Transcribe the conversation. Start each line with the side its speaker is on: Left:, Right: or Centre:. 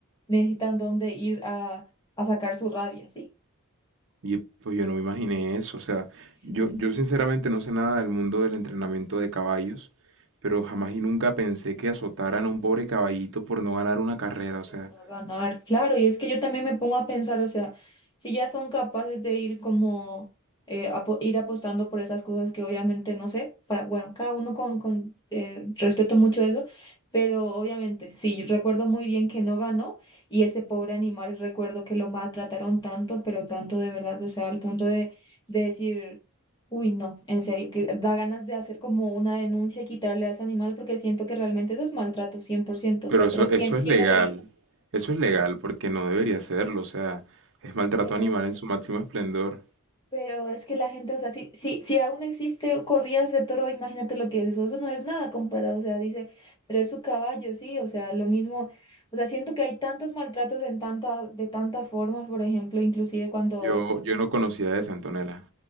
Left: necesitan dónde ir a, a sacar su rabia, ¿sí?
Right: Y pues yo no me imaginé eso, o sea,
Left: Sí.
Right: yo, yo sinceramente no sé nada del mundo del entrenamiento de caballos, pero jamás y nunca pensé que azotaran a un pobre caballito por no ganar una carrera, o
Left: por
Right: sea,
Left: no ganar, claro, y es que yo también me pongo a pensar, o sea, si ya son capaces de ir como, eh, apo- ir apostando por esas cosas que obviamente no sé, para, bueno, cada uno con, con eh, respeto mucho eso, pero obviamente, sí, yo recuerdo muy bien que no ganó y ese pobre animal, recuerdo que lo maltrataron tanto, pero tanto de verdad, o sea, al punto de, de decir, uy, no, en serio, que da ganas de hacer como una denuncia y quitarle a ese animal porque siento que realmente eso es maltrato, cien por ciento o
Right: pero
Left: sea,
Right: eso,
Left: pero ¿quién,
Right: eso es
Left: quién
Right: legal,
Left: lo le
Right: eso es legal
Left: eh,
Right: porque no debería serlo, o sea, es maltrato
Left: Pero
Right: animal
Left: es,
Right: en su máximo esplendor.
Left: pero es que la gente, o sea, si, si, si aún existe corridas de toro, imagínate lo que es eso, eso no es nada comparado, o sea, dice, pero es su caballo, sí, o sea, lo mismo, o sea, siento que hay tantos maltratos en tanta, de tantas formas, por ejemplo, inclusive cuando
Right: Yo, yo no conocía de Antonella,